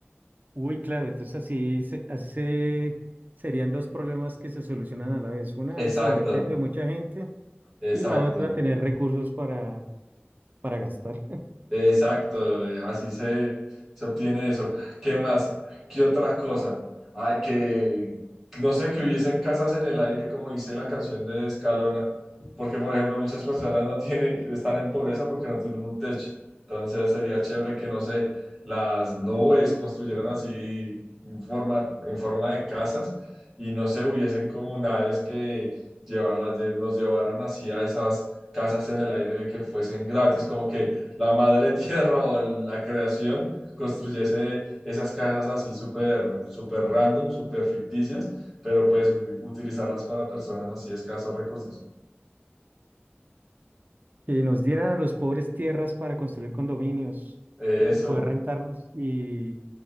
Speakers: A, on the right; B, in the centre.
A: Uy, claro, entonces así, se- así se, serían dos problemas que se solucionan a la vez. Una,
B: Exacto,
A: el sobrepeso de mucha gente
B: exacto.
A: y la otra, tener recursos para, para gastar.
B: Exacto, eh, así se, se obtiene eso. ¿Qué más? ¿Qué otra cosa? Ay, que no sé, que hubiesen casas en el aire, como dice la canción de Escalona, porque por ejemplo muchas personas no tienen, están en pobreza porque no tienen un techo. Entonces sería chévere que, no sé, las nubes construyeran así en forma, en forma de casas y no sé, hubiesen como naves que llevarlas, nos llevaran así a esas casas en el aire y que fuesen gratis, como que la madre <laughs> tierra o la creación construyese esas casas así súper, súper random, súper ficticias, pero pues u- utilizarlas para personas así escasos recursos.
A: y nos dieran a los pobres tierras para construir condominios
B: Eso,
A: y poder rentarlos y,